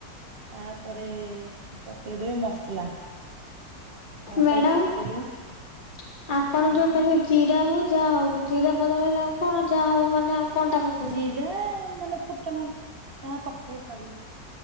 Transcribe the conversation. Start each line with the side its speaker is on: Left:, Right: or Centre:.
Right: ତାପରେ ପକେଇଦେବେ ମସଲା। ମସଲା
Left: ମ୍ୟାଡାମ
Right: ପକେଇଦେବେ
Left: ଆପଣ
Right: ଆଜ୍ଞା
Left: ଯୋଉ କଲେନି। ଜିରା ହଉ ଯାହା ହଉ ଜିରା ବଦଳରେ ଆଉ କଣ ଯାହା ହଉ ମାନେ ଆଉ। କଣଟା ପକେଇବେ?
Right: ଜିରା ମାନେ ଫୁଟଣ ଯାହା ପକେଇ ପାରିବେ।